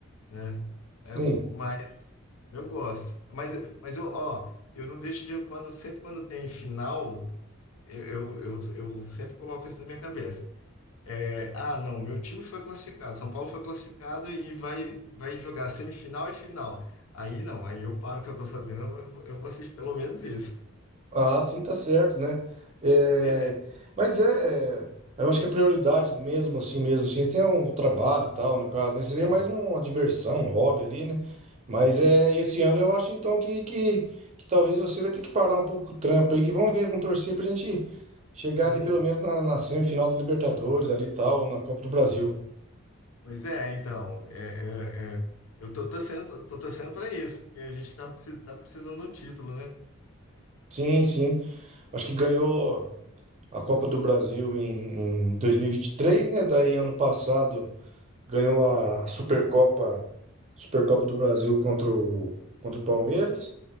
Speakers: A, on the left; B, on the right.
A: né? É,
B: Sim.
A: mas eu gosto. Mas, mas eu, ó, eu não deixo de quando, sempre quando tem final, eu, eu, eu, eu sempre coloco isso na minha cabeça. É, ah, não, meu time foi classificado, São Paulo foi classificado e vai, vai jogar semifinal e final. Aí não, aí eu paro o que eu tô fazendo, eu, vou- eu vou assistir pelo menos isso.
B: Ah, sim, tá certo, né? É,
A: É,
B: mas é, é, eu acho que a prioridade mesmo assim, mesmo assim, tem um trabalho e tal, no caso, né? Seria
A: é.
B: mais uma diversão, um hobby ali, né? Mas é, esse ano eu acho então que, que, que talvez você vai ter que parar um pouco o trampo aí, que vamos ver com torcer pra gente chegar
A: Não,
B: ali pelo menos na, na semifinal da Libertadores ali e tal, ou na Copa do Brasil.
A: Pois é, então, é, é, é. Eu tô torcendo, tô torcendo para isso, porque a gente tá, precis- tá precisando de um título, né?
B: Sim, sim. Acho que ganhou a Copa do Brasil em, em dois mil e e vinte e três né? Daí ano passado. ganhou a Supercopa, Supercopa do Brasil contra o, contra o Palmeiras.